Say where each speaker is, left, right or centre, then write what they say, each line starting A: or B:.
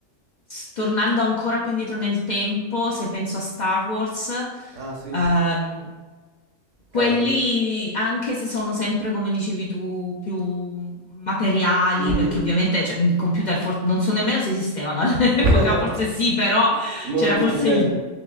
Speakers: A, on the left (about 55°); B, on the right (about 80°).
A: s- tornando ancora più indietro nel tempo, se penso a Star Wars,
B: Ah sì,
A: ehm, quelli,
B: cavoli.
A: anche se sono sempre, come dicevi tu, più materiali,
B: Mh-mh.
A: perché ovviamente, cioè, i computer for- non so nemmeno se esistevano <laughs> all'epoca,
B: <laughs>
A: forse sì, però
B: Non
A: c'era
B: a questi
A: forse
B: livelli.
A: il